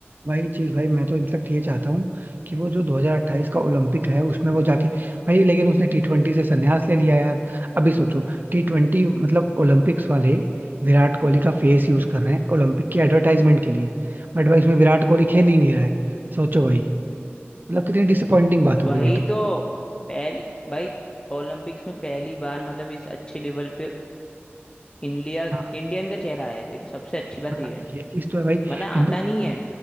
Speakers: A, on the right; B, on the left.
A: वही चीज भाई मैं तो इनफेक्ट ये चाहता हूँ कि वो जो 2028 का ओलंपिक है उसमें वो जाके भाई लेकिन उसने टी ट्वेंटी से संन्यास ले लिया यार अभी सोचो टी ट्वेंटी मतलब ओलंपिक्स वाले विराट कोहली का फेस यूज कर रहे हैं ओलंपिक की एडवर्टाइजमेंट के लिए बट भाई उसमें विराट कोहली खेल ही नहीं रहा है सोचो भाई मतलब कितनी डिसअपॉइंटिंग बात हो
B: वही
A: गई है
B: तो पहली भाई ओलंपिक्स में पहली बार मतलब इस अच्छे लेवल पे इंडिया
A: तो
B: इंडियन का चेहरा आया है देखो सबसे अच्छी बात
A: हाँ
B: ये है
A: ये चीज तो है भाई
B: वरना
A: इनफैक्ट
B: आता नहीं है